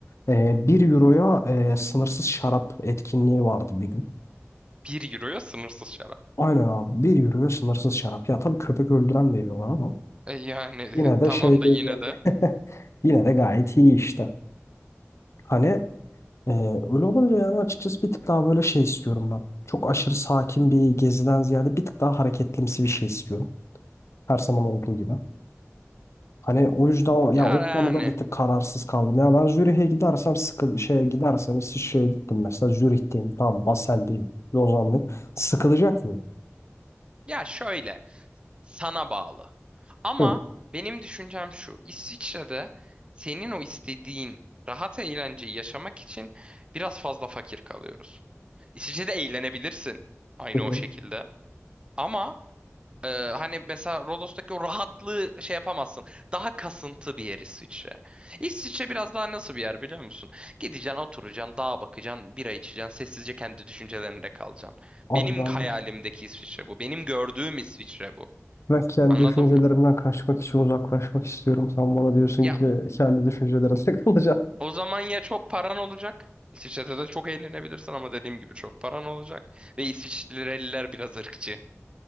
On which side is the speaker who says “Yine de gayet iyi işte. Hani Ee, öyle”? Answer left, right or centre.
Left